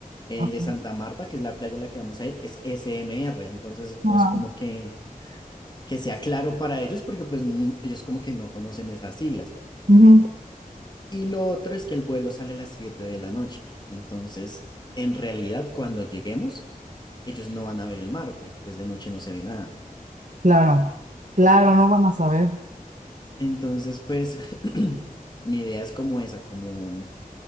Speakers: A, on the left; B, on the right.
A: El
B: ajá,
A: de Santa Marta, que es la playa a la que vamos a ir, es SMR, entonces no
B: Ajá.
A: es como que, que sea claro para ellos porque pues n- ellos como que no conocen esas siglas.
B: ujú,
A: Y lo otro es que el vuelo sale a las 7 de la noche. Entonces, en realidad, cuando lleguemos, ellos no van a ver el mar, porque pues de noche no se ve nada.
B: Claro, claro, no van a saber.
A: Entonces, pues, <clears throat> mi idea es como esa, como,